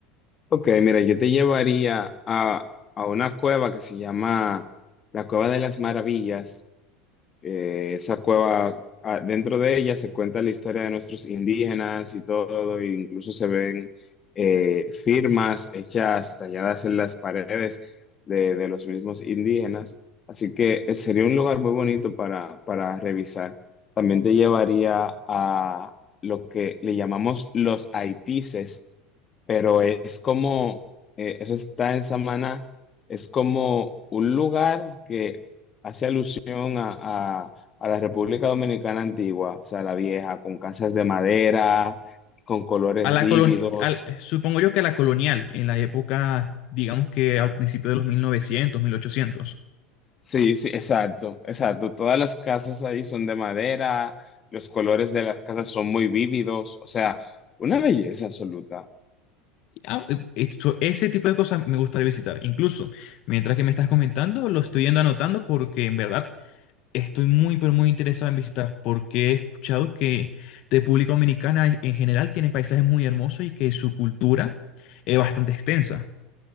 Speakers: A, on the left; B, on the left.
A: ok, mira, yo te llevaría a, a una cueva que se llama la Cueva de las Maravillas. Eh, esa cueva, ah, dentro de ella se cuenta la historia de nuestros indígenas y todo, e incluso se ven eh, firmas hechas, talladas en las paredes de, de los mismos indígenas. Así que eh, sería un lugar muy bonito para, para revisar. También te llevaría a lo que le llamamos los haitises pero es como, eh, eso está en Samana, es como un lugar que hace alusión a, a- a la República Dominicana antigua, o sea, la vieja, con casas de madera, con colores
B: A la
A: vívidos.
B: colon- al- supongo yo que a la colonial, en la época, digamos que al principio de los mil 1800.
A: Sí, sí, exacto, exacto. Todas las casas ahí son de madera, los colores de las casas son muy vívidos, o sea, una belleza absoluta.
B: Ah, eh, esto- ese tipo de cosas me gustaría visitar. Incluso, mientras que me estás comentando, lo estoy yendo anotando porque en verdad estoy muy, pero muy interesado en visitar, porque he escuchado que República Dominicana en en general tiene paisajes muy hermosos y que su cultura es bastante extensa.